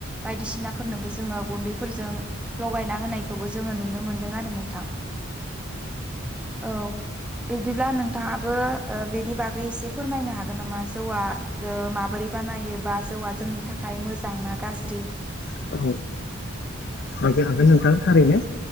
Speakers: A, in the centre; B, on the left.
A: बायदिसिनाफोरनोबो जोङो गुन्दैफोरजों लगायना होनायखौबो जोङो नुनो मोनदों आरो नोंथां। औ बिब्दिब्ला नों थाङाबो ओ बेनि बागै एसे फोरमायनो हागोन नामा जौआ ओ माबोरै बानायो बा जौवा जोंनि थाखाय मोजां ना गाज्रि
B: <unintelligible> हागोन-हागोन नोंथां थारैनो